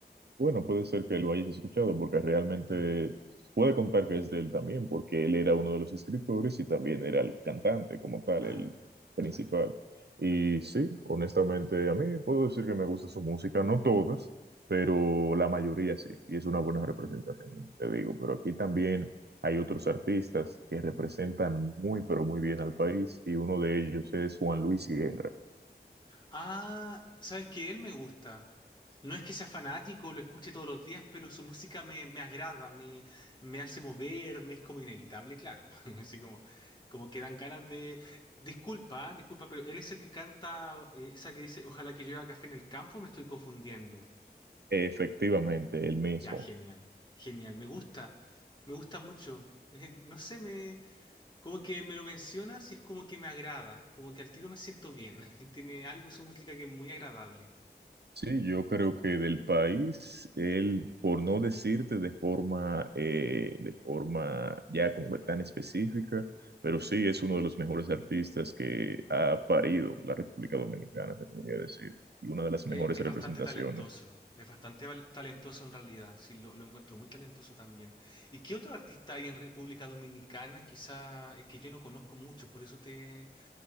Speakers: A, on the right; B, on the left.
A: Bueno, puede ser que lo hayas escuchado porque realmente
B: Mm.
A: puede contar que es de él también, porque él era uno de los escritores y también era el cantante como tal,
B: Ah,
A: el principal.
B: claro.
A: Y sí, honestamente a mí puedo decir que me gusta su música, no todas, pero la mayoría sí, y es una buena representación, te digo, pero aquí también hay otros artistas que representan muy, pero muy bien al país y uno de ellos es Juan Luis Guerra.
B: Ah, ¿sabes qué? Él me gusta. No es que sea fanático, lo escuche todos los días, pero su música me, me agrada, me, me hace mover, me es como inevitable, claro. <laughs> Así como, como que dan ganas de... Disculpa, ah, disculpa, pero él es el que canta eh, esa que dice, ojalá que llueva café en el campo, me estoy confundiendo.
A: Efectivamente, el mismo.
B: Ya, genial, genial, me gusta, me gusta mucho. <laughs> No sé, Como que me lo mencionas y es como que me agrada, como que al tiro me siento bien. <laughs> Tiene algo su música que es muy agradable.
A: Sí, yo creo que del país, él, por no decirte de forma, eh, de forma ya como que tan específica, pero sí es uno de los mejores artistas que ha parido la República Dominicana, se podría decir, y una de las
B: Eh,
A: mejores
B: es
A: representaciones.
B: bastante talentoso, es bastante val- talentoso en realidad, sí, lo, lo encuentro muy talentoso también. ¿Y qué otro artista hay en República Dominicana? Quizá es que yo no conozco muchos, por eso te...